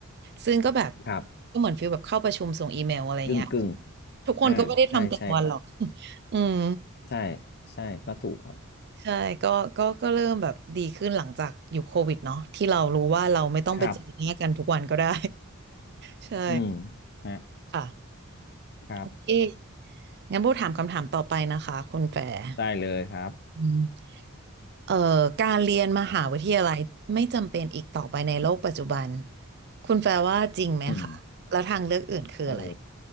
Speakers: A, on the right; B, on the left.
A: ซึ่งก็แบบ
B: ครับ
A: ก็เหมือนฟีลแบบเข้าประชุมส่งอีเมลอะไรเงี้ย
B: กึ่งกึ่ง
A: ทุกคนก็ไม่ได้ทำเต็มวันหรอก
B: อ่าใช่ใช่ครับ
A: <laughs> อืม
B: ใช่ใช่ก็ถูกครับ
A: ใช่ก็ก็ก็เริ่มแบบดีขึ้นหลังจากอยู่โควิดเนาะที่เรารู้ว่าเราไม่ต้องไปเจอหน้ากันทุกวันก็ได้
B: ครับ
A: <laughs> ใช่
B: อืมฮะ
A: ค่ะ
B: ครับ
A: โอเคงั้นโบถามคำถามต่อไปนะคะคุณแฟร์
B: ได้เลยครับ
A: อืมเอ่อการเรียนมหาวิทยาลัยไม่จำเป็นอีกต่อไปในโลกปัจจุบันคุณแฟร์ว่าจริงไหมคะแล้วทางเลือกอื่นคืออะไร
B: อืม โอ้